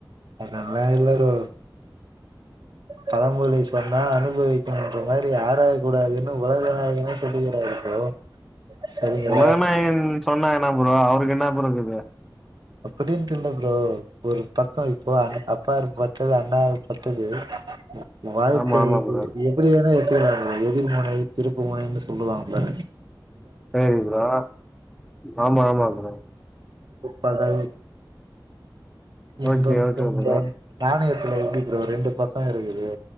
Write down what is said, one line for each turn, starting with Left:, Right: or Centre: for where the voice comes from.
Right: அதெல்லா இல்ல ப்ரோ பழமொழி சொன்னா அனுபவிக்கணுன்ற மாரி ஆராயக்கூடாதுன்னு உலகநாயகனே சொல் தொட்டுகுறாரா ப்ரோ சரிங்களா
Centre: உலக நாயகன் சொன்னா என்ன ப்ரோ அவருக்கு என்ன இப்ப இருக்குது
Right: அப்டின்ட்டு இல்ல ப்ரோ ஒரு பக்கோ இப்போ அ அப்பா இருப்பட்டது அண்ணா இரு பட்டது வாழ்க்கை
Centre: ஆமா ஆமா
Right: என்பது
Centre: ப்ரோ
Right: இயற்கை அப்டி என்ன ஏத்திகிறாங்க எதிர்மனை திருப்பு முனைன்னனு சொல்லுவாங்க பாரு
Centre: சேரி ப்ரோ ஆமாமா ப்ரோ
Right: பதல் இன்பம்
Centre: ஓகே ஓகே
Right: துன்பம்
Centre: ப்ரோ
Right: நாணயத்துல எப்டி ப்ரோ ரெண்டு பக்கோ இருக்குது